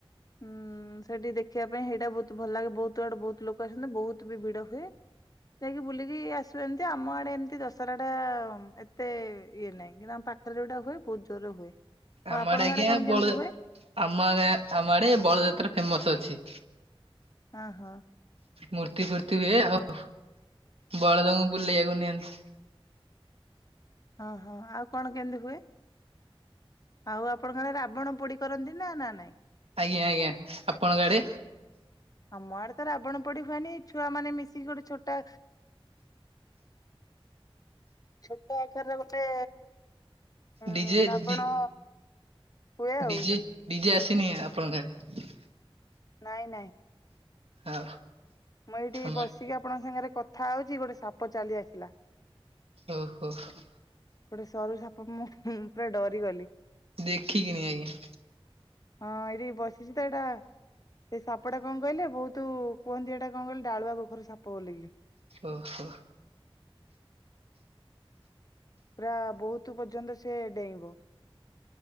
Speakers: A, on the left (about 40°); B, on the right (about 85°).
A: ହୁଁ ସେଠି ଦେଖିବା ପାଇଁ ସେଇଟା ବହୁତ ଭଲ ଲାଗେ ବହୁତ ଆଡୁ ବହୁତ ଲୋକ ଆସନ୍ତ ବହୁତ ବି ଭିଡ ହୁଏ। ଯାଇକି ବୁଲିକି ଆ ସୁଚନ୍ତି ଏମିତି ଆମ ଆଡେ ଏମିତି ଦଶହରା ଟା ଏତେ ଇଏ ନାହିଁ କିନ୍ତୁ ଆମ ପାଖରେ ଯଉଟା ହୁଏ ବହୁତ ଜୋରରେ ହୁଏ।
B: ଆମ
A: ହଁ ଆପଣଙ୍କ
B: ଆଜ୍ଞା
A: ଆଡେ କଣ
B: ବଳ
A: କେମିତି ହୁଏ?
B: ଆମ ଗାଁ ଆମଆଡେ ବଳଯାତ୍ରା ଫେମସ ଅଛି।
A: ହଁ ହଁ।
B: ମୂର୍ତ୍ତି ଫୂର୍ତ୍ତି ବି ଏ ଆଉ ବଳଦଙ୍କୁ ବୁଲେଇଆକୁ ନିଅନ୍ତି।
A: ହଁ ହଁ ଆଉ କଣ କେମିତି ହୁଏ? ଆଉ ଆପଣଙ୍କ ଆଡେ ରାବଣ ପୋଡି କରନ୍ତି ନା ନା ନାଇଁ?
B: ଆଜ୍ଞା ଆଜ୍ଞା, ଆପଣଙ୍କ ଆଡେ?
A: ଆମ ଆଡେ ତ ରାବଣ ପୋଡି ହୁଏନି ଛୁଆ ମାନେ ମିଶିକି ଗୋଟେ ଛୋଟା ଛୋଟ ଆକାରରେ ଗୋଟେ ହୁଁମ
B: ଡିଜେ
A: ରାବଣ
B: ଡି
A: କୁଏ ଆଉ।
B: ଡିଜେ ଡିଜେ ଆସିନି ଆପଣଙ୍କ ଘରେ?
A: ନାଇଁ ନାଇଁ।
B: ଆଉ?
A: ମୁଁ ଏଇଠି
B: ଆମ
A: ବସିକି ଆପଣଙ୍କ ସାଙ୍ଗରେ କଥା ହଉଛି ଗୋଟେ ସାପ ଚାଲି ଆସିଲା।
B: ଓ ହୋ ହୋ।
A: ଗୋଟେ ସରୁ ସାପ ମୁଁ ପୁରା ଡରିଗଲି।
B: ଦେଖି କି ନି ଆଜ୍ଞା।
A: ହଁ ଏଇଠି ବସିଛି ତ ଏଇଟା ସେ ସାପଟା କଣ କହିଲେ ବହୁତ କୁହନ୍ତି ଏଟା କଣ କହିଲେ ଡାଳୁଆ ଗୋଖର ସାପ ବୋଲିକ କି।
B: ଓ ହୋ।
A: ପୁରା ବହୁତ ପର୍ଯ୍ୟନ୍ତ ସେ ଡେଇଁବ।